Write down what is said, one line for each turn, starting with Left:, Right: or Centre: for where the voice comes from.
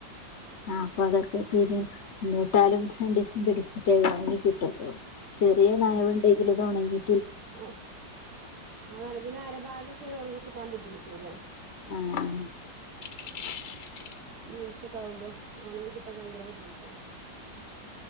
Left: ആ അപ്പോ അതൊക്കെ <unintelligible> ഇന്നട്ടാലും രണ്ടി സം പിടിച്ചിട്ടെ ഒണങ്ങി കിട്ടത്തോള്ളൂ ചെറിയ നനവ്
Right: ഉം
Left: ഉണ്ടെങ്കിലും ഒണങ്ങി
Right: ഓ അതല്ല പിന്നെ അരഭാഗക്കെ ഒണങ്ങി <inaudible>
Left: <inaudible> <unintelligible>
Right: <inaudible>